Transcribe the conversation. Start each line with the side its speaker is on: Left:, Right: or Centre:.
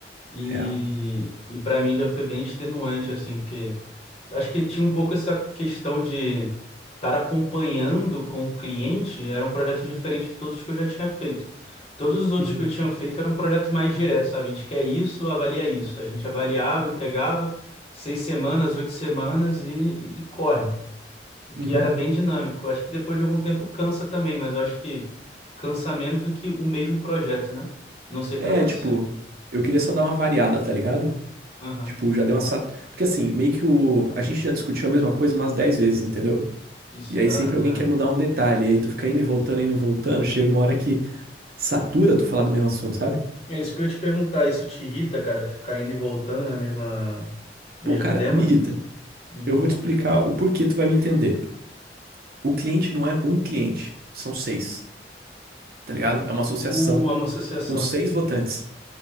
Left: E,
Right: É.
Left: e para mim já foi bem extenuante, assim, porque acho que tinha um pouco essa questão de estar acompanhando com o cliente, era um projeto diferente de todos que eu já tinha feito. Todos os outros
Right: Uhum,
Left: que eu tinha feito era um projeto mais direto, sabe? A gente quer isso, avalia isso. A gente avaliava, entregava seis semanas, oito semanas e, e corre o que
Right: uhum.
Left: era bem dinâmico. Acho que depois de algum tempo cansa também, mas eu acho que cansa menos do que o mesmo projeto, né? Não sei pra
Right: É,
Left: você.
Right: tipo, eu queria só dar uma variada, tá ligado?
Left: Aham,
Right: Tipo, já deu uma. sa- Porque assim, meio que o. A gente já discutiu a mesma coisa umas dez vezes, entendeu?
Left: Isso
Right: E aí
Left: dá.
Right: sempre alguém quer mudar um detalhe. E aí tu fica indo e voltando, indo e voltando. Chega uma hora que satura tu falar do mesmo assunto, sabe?
Left: É. É isso que eu ia te perguntar. Isso te irrita, cara? Tu ficar indo e voltando na mesma, no
Right: Pô,
Left: mesmo
Right: cara,
Left: tema?
Right: me irrita.
Left: Me irrita.
Right: Eu vou te explicar o porquê tu vai me entender. O cliente não é um cliente, são seis, tá ligado? É uma associação
Left: Uh, é uma associação.
Right: com seis votantes.